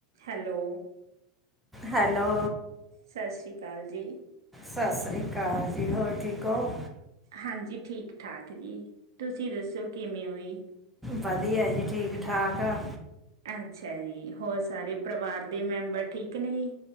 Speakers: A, on the right; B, in the centre.
A: Hello.
B: Hello.
A: ਸਤਿ ਸ਼੍ਰੀ ਅਕਾਲ ਜੀ।
B: ਸਤਿ ਸ੍ਰੀ ਅਕਾਲ ਜੀ ਹੋਰ ਠੀਕ ਹੋ?
A: ਹਾਂਜੀ ਠੀਕ ਠਾਕ ਜੀ ਤੁਸੀਂ ਦੱਸੋ ਕਿਵੇਂ ਹੋਈ?
B: ਵਧੀਆ ਜੀ ਠੀਕ ਠਾਕ ਆ।
A: ਅੱਛਾ ਜੀ ਹੋਰ ਸਾਰੇ ਪਰਿਵਾਰ ਦੇ ਮੈਂਬਰ ਠੀਕ ਨੇ ਜੀ?